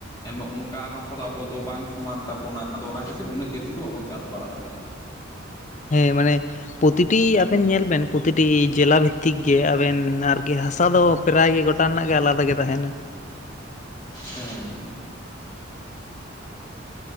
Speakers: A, on the left; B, on the left.
A: ᱮᱱᱫᱚ ᱚᱱᱠᱟ ᱦᱟᱥᱟ ᱫᱚ ᱟᱵᱚ ᱫᱚ ᱵᱟᱝ ᱥᱚᱢᱟᱱ ᱛᱟᱵᱚᱱᱟ ᱟᱫᱚ ᱚᱱᱟ ᱠᱷᱟᱹᱛᱤᱨ ᱩᱱᱟᱹᱜ ᱡᱟᱹᱥᱛᱤ ᱫᱚ ᱵᱟᱵᱚᱱ ᱪᱟᱥ ᱵᱟᱲᱟ ᱫᱟᱲᱮᱭᱟᱜᱼᱟ
B: ᱦᱮᱸ ᱢᱟᱱᱮᱼᱼ ᱯᱨᱚᱛᱤᱴᱤ ᱟᱵᱮᱱ ᱧᱮᱞ ᱵᱮᱱ, ᱯᱨᱚᱛᱤᱴᱤ ᱡᱮᱞᱟ ᱵᱷᱤᱛᱛᱤᱠ ᱜᱮ ᱟᱵᱮᱱ ᱟᱨᱠᱤ, ᱦᱟᱥᱟ ᱫᱚᱼᱼ ᱯᱨᱟᱭ ᱜᱮ ᱜᱚᱴᱟ ᱨᱮᱱᱟᱜ ᱜᱮ ᱟᱞᱟᱫᱟ ᱜᱮ ᱛᱟᱦᱮᱸᱱᱟ
A: ᱦᱮᱸ